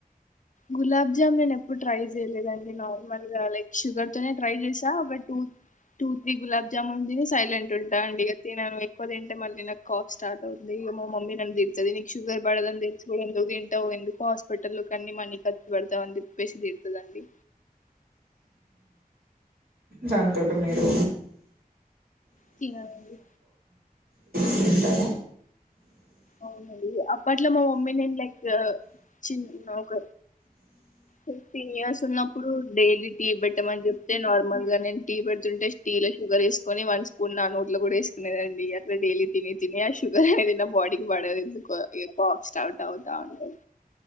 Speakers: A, on the left; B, on the right.
A: గులాబ్ జామ్ నేను ఎప్పుడు ట్రై జెయలేదండి మల్ల లైక్ షుగర్ తోనే ట్రై చేసా ఒక two two three gulab jamun తిని సైలెంట్ ఉంటా అండి ఇగ తినను ఎక్కువ తింటే మళ్ళీ నాకు కాఫ్ స్టార్ట్ అవుతుది ఇగ మా మమ్మీ నన్ను దిడ్తది నీకు షుగర్ బడదని దెలుసు ఎందుకు దింటవ్ ఎందుకు హాస్పిటల్లు కన్ని మనీ ఖర్చు పెడ్తావ్ అని తిప్పేసి తిడుతదండి
B: దాంతోట మీరు
A: తివా అండి
B: సుంటారా
A: అవునండి అప్పట్లో మా మమ్మీ నేను లైక్ చిన్న ఒక ఫిఫ్టీన్ ఇయర్స్ ఉన్నప్పుడు డైలీ టీ పెట్టమని చెప్తే నార్మల్ గా నేను టీ పెడుతుంటే స్టీల్ షుగర్ వేసుకొని వన్ స్పూన్ నా నోట్లో గూడా వేసుకునేదండి అట్లా డైలీ తిని తిని ఆ షుగర్ అనేది నా బాడీ బడదు ఎందుకో ఇగ కాఫ్ స్టార్ట్ అవుతా ఉంటది